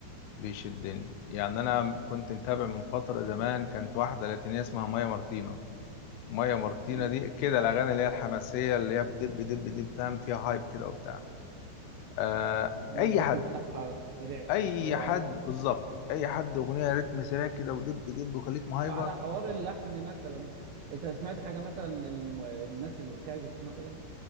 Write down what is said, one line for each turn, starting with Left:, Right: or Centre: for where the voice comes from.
Left: بيشدني يعني أنا كنت متابع من فترة زمان كانت واحدة لاتينية اسمها مايا مارتينا مايا مارتينا
Right: مم.
Left: دي كده الأغاني اللي هي الحماسية اللي هي بدب دب دب فاهم فيها هايب كده وبتاع آه
Right: الريتم
Left: أي حد
Right: بتاعها سريع
Left: أي
Right: شوية وعالي
Left: حد بالظبط أي حد أغنية رتم سريع كده ودب دب وخليك مهايبر
Right: طب على حوار اللحن مثلا انت سمعت حاجة مثلا الم... الناس اللي بتعزف مثلا